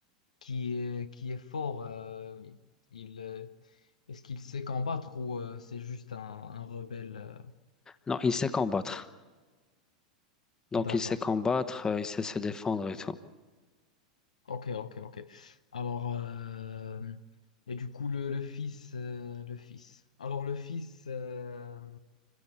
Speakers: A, on the left; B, on the left.
A: qui est qui est fort euh, il euh, est-ce qu'il sait combattre ou euh, c'est juste un, un rebelle euh
B: Non, il sait combattre. Donc,
A: D'accord.
B: il sait combattre, euh, il sait se défendre et tout.
A: Ok, ok, ok. Alors euh, et du coup le, le fils euh, le fils. Alors le fils. euh,